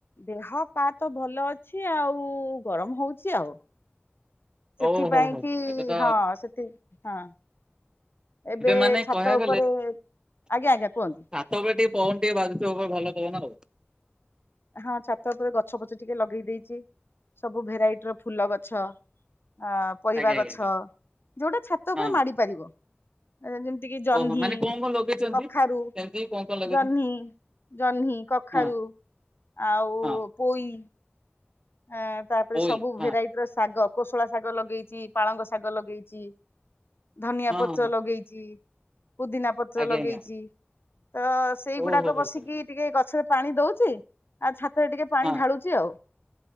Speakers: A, on the left; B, on the right.
A: ଦେହ ପା ତ ଭଲ ଅଛି ଆଉ ଗରମ ହଉଛି ଆଉ ସେଥିପାଇଁ
B: ଓହୋ ହୋ
A: କି
B: ଏବେ ତ
A: ହଁ ସେଥି ହଁ ଏବେ
B: ମାନେ
A: ଛାତ
B: କହିବାକୁ
A: ଉପରେ ଆଜ୍ଞା ଆଜ୍ଞା କୁହନ୍ତୁ
B: ତବେ ଟିକେ ପବନ ଟିକେ ବାଜୁଥିବ ଭଲ ପବନ ଆଉ
A: ହଁ ଛାତ ଉପରେ ଗଛ ଫଛ ଟିକେ ଲଗେଇ ଦେଇଚି ସବୁ ଭେରାଇଟିର ଫୁଲ ଗଛ ଆ ପରିବା
B: ଆଜ୍ଞା
A: ଗଛ
B: ଆଜ୍ଞା ଆଜ୍ଞା
A: ଯୋଉଟା ଛାତ
B: ହଁ
A: ଉପରେ ମାଡ଼ି ପାରିବ ଯେମିତି କିି ଜହ୍ନି
B: ଓହୋ ମାନେ କଣ କଣ ଲଗେଇଛନ୍ତି?
A: କଖାରୁ
B: ସେମିତି କଣ କଣ ଲଗେଇଛନ୍ତି
A: ଜହ୍ନି ଜହ୍ନି, କଖାରୁ
B: ହଁ
A: ଆଉ
B: ହଁ
A: ପୋଇ ଆ ତାପରେ
B: ପୋଇ
A: ସବୁ
B: ହଁ
A: ଭେରାଇଟିର ଶାଗ କୋଶଳା ଶାଗ ଲଗେଇଚି ପାଳଙ୍ଗ ଶାଗ ଲଗେଇଚି ଧନିଆ
B: ହଁ
A: ପତ୍ର
B: ହଁ ହଁ,
A: ଲଗେଇଚି ପୁଦିନା ପତ୍ର
B: ଆଜ୍ଞା
A: ଲଗେଇଚି
B: ଆଜ୍ଞା
A: ତ ସେଇଗୁଡ଼ାକ
B: ଓହୋ ହୋ
A: ବସିକି
B: ହୋ।
A: ଟିକେ ଗଛରେ ପାଣି ଦଉଛି ଆଉ ଛାତରେ ଟିକେ ପାଣି
B: ହଁ
A: ଢାଳୁଚି ଆଉ